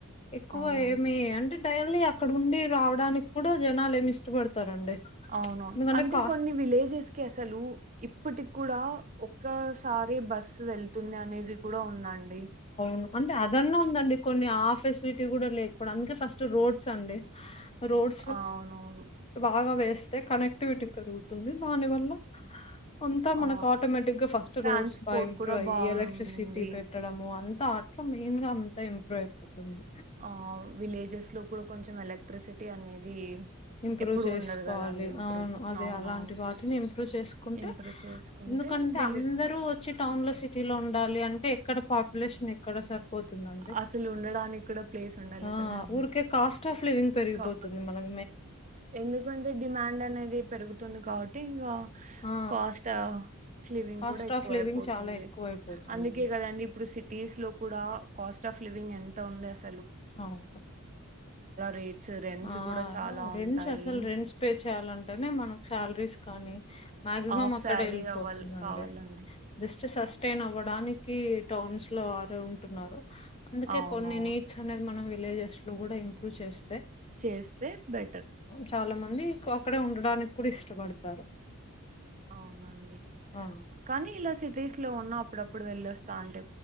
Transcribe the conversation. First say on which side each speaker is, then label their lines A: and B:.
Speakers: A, on the left; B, on the right.
A: ఎక్కువ
B: అవునవును.
A: ఏమి అంటే డైలీ అక్కడ ఉండి రావడానికి కూడా జనాలు ఏమి ఇష్టపడతారండి.
B: అవునవును
A: ఎందుకంటే
B: అంటే
A: కా
B: కొన్ని విలేజెస్ కి అసలు ఇప్పటి కూడా ఒక్కసారి బస్సు వెళ్తుంది అనేది కూడా ఉందండి.
A: ను అంటే అద్ అదన్న ఉందండి కొన్ని ఆ ఫెసిలిటీ కూడా లేదు. ఇప్పుడు అందుకే ఫస్ట్ రోడ్స్ అండి. రోడ్స్
B: అవునవును.
A: బాగా వేస్ ఏస్తే కనెక్టివిటీ పెరుగుతుంది దాని వల్ల అంతా
B: ఆ!
A: మనకు ఆటోమేటిక్ గా ఫస్ట్
B: ట్రాన్స్‌పోర్ట్
A: రోడ్స్ బాగా ఇంప్రూవ్
B: కూడా
A: అయి
B: బావుంది.
A: ఎలక్ట్రిసిటీ పెట్టడము అంతా మెయిన్ గా అంతా ఇంప్రూవ్ అయిపోతుంది.
B: అవ్ విలేజెస్ లో కూడా కొంచెం ఎలక్ ట్రిసిటీ అనేది
A: ఇంప్రూవ్
B: ఎప్పుడు
A: చేసుకోవాలి
B: ఉండదు కదండి ఇంప్రూవ్
A: అవును అదే
B: అవునవును
A: అలాంటి వాటిని ఇంప్రూవ్ చేసుకుంటే,
B: ఇంప్రూవ్ చేసుకుంటే
A: ఎందుకంటే
B: వీళ్ళు
A: అందరూ వచ్చి టౌన్ లో సిటీ లో ఉండాలి అంటే ఇక్కడ పాపులేషన్ ఎక్కడ సరిపోతుందండి.
B: అసలు ఉండడానికి కూడా ప్లేస్ ఉండాలి
A: ఆ
B: కదండి
A: ఊరికే కాస్ట్ ఆఫ్ లివింగ్ పెరిగిపోతుంది
B: కా
A: మనం
B: ఎందుకంటే డిమాండ్ అనేది పెరుగుతుంది కాబట్టి ఇంగా
A: ఆ
B: కాస్టా లివింగ్
A: కాస్ట్
B: కూడా ఎక్కువ
A: ఆఫ్ లివింగ్
B: అయిపోతుంది
A: చాలా ఎక్కువ అయిపోతుందండి
B: అందుకే కదండి ఇప్పుడు సిటీస్ లో కూడా కాస్ట్ ఆఫ్ లివింగ్ ఎంత ఉంది అస
A: అవును
B: రేట్స్ రెంట్స్
A: ఆ
B: కూడా చాలా
A: రెంట్స్
B: ఉంటాయి
A: అసలు రెంట్స్ పే చేయాలంటేనే మనకు సాలరీస్ కానీ మాక్సిమం
B: హాఫ్
A: అక్కడే
B: శాలరీ
A: వెళ్ళిపోతుందండి.
B: అవ్వాలి కావాలండి
A: జస్ట్ జస్ట్ సస్టైన్ అవ్వడానికి టౌన్స్ లో వారు ఉంటున్నారు. అందుకే
B: అవునవును
A: కొన్ని నిట్ అనేది మనం విలేజెస్ లో కూడా ఇంప్రూవ్ చేస్
B: చేస్తే బెటర్
A: చాలా మంది అక్కడే ఉండడానికి కూడా ఇష్టపడతారు.
B: అవునండి
A: ఆ
B: కానీ ఇలా సిటీస్ లో ఉన్న అప్పుడప్పుడు వెళ్ళోస్తాంటే